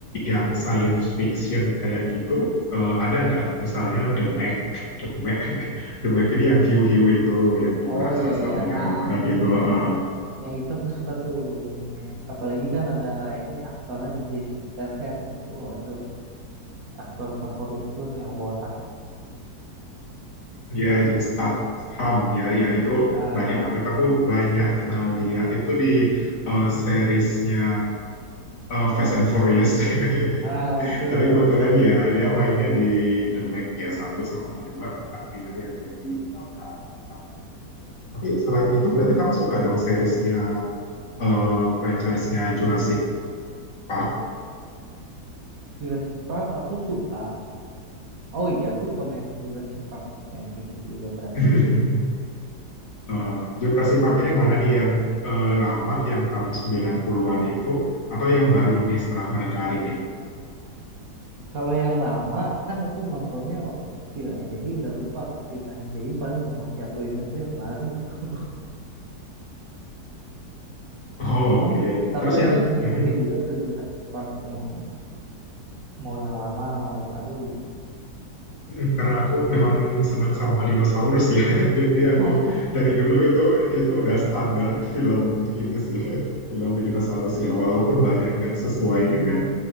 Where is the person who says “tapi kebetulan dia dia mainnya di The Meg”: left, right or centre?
Left